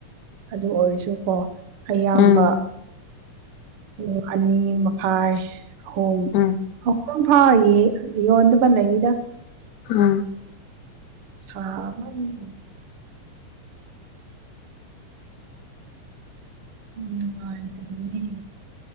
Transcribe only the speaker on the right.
ꯑꯗꯨ ꯑꯣꯏꯔꯁꯨꯀꯣ ꯑꯌꯥꯝꯕ꯫
ꯑꯣ ꯑꯅꯤ ꯃꯈꯥꯏ ꯑꯍꯨꯝ
ꯄꯨꯡ ꯐꯥꯌꯦ ꯌꯣꯟꯗ ꯄꯜꯂꯛꯏꯗ
ꯁꯃꯅꯤ ꯎꯝ ꯅꯨꯡꯉꯥꯏꯇꯕꯅꯦ